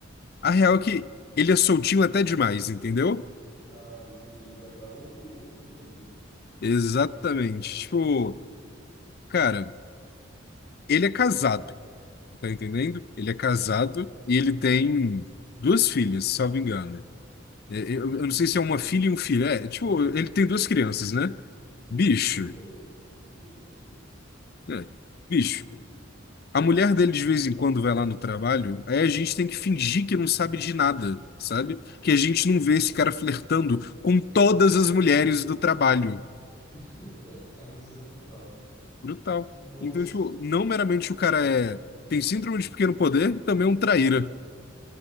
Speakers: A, on the left (about 50°); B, on the left (about 20°).
A: a real é que ele é soltinho até demais, entendeu?
B: Ah, entendi. Ele vai pra outro outro caminho.
A: Exatamente. Tipo, cara, ele é casado, tá entendendo? Ele é casado
B: Ah,
A: e ele tem duas filhas, salvo engano. É, é, Eu, eu não sei se é uma filha e um filho. É, tipo, ele tem duas crianças, né?
B: sei,
A: Bicho.
B: tem, tem do- dos crianças.
A: É, bicho. A mulher dele de vez em quando vai lá no trabalho, aí a gente tem que fingir que não sabe de nada, sabe? Que a gente não vê esse cara flertando com todas as mulheres do trabalho.
B: <laughs> Cara, isso é brutal.
A: Brutal.
B: Nossa.
A: Então, tipo, não meramente o cara é tem síndrome de pequeno poder, também é um traíra.